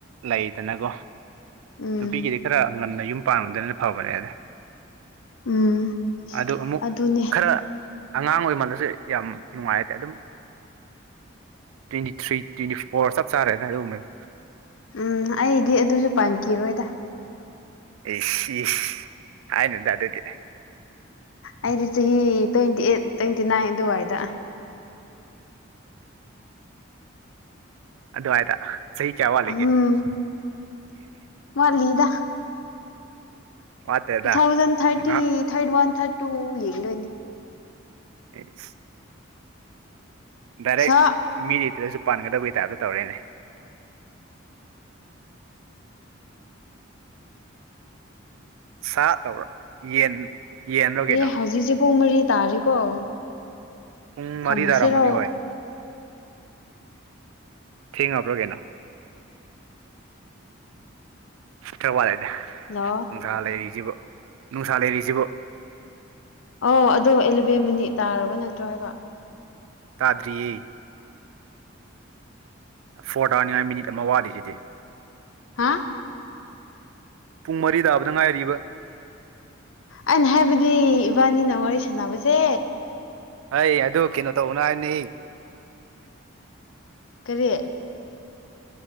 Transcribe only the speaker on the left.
ꯎꯝ
ꯎꯝ
ꯑꯗꯨꯅꯦ
ꯎꯝ ꯑꯩꯗꯤ ꯑꯗꯨꯖꯨ ꯄꯥꯟꯈꯤꯔꯣꯏꯗꯥ
ꯑꯩꯗꯤ ꯆꯍꯤ ꯇ꯭ꯋꯦꯟꯇꯤ ꯑꯩꯠ ꯇ꯭ꯋꯦꯟꯇꯤ ꯅꯥꯏꯟ ꯑꯗꯨꯋꯥꯏꯗ
ꯎꯝ ꯋꯥꯠꯂꯤꯗ
ꯇꯨ ꯊꯥꯎꯖꯟ ꯊꯥꯔꯇꯤ
ꯊꯥꯔꯇꯤ ꯋꯥꯟ ꯊꯥꯔꯇꯤ ꯇꯨ ꯌꯦꯡꯗꯣꯏꯅꯤ
ꯁꯥ
ꯑꯦ ꯍꯧꯖꯤꯛꯁꯦ ꯄꯨꯡ ꯃꯔꯤ ꯇꯥꯔꯦꯀꯣ
ꯊꯝꯃꯁꯤꯔꯣ
ꯍꯜꯂꯣ
ꯑꯣ ꯑꯗꯣ ꯑꯦꯂꯚꯦꯟ ꯃꯤꯅꯤꯠ ꯇꯥꯔꯕ ꯅꯠꯇ꯭ꯔꯣ ꯍꯥꯏꯕ
ꯍꯥ
ꯑꯩꯅ ꯍꯥꯏꯕꯗꯤ ꯏꯕꯥꯅꯤꯅ ꯋꯥꯔꯤ ꯁꯥꯟꯅꯕꯁꯦ
ꯀꯔꯤ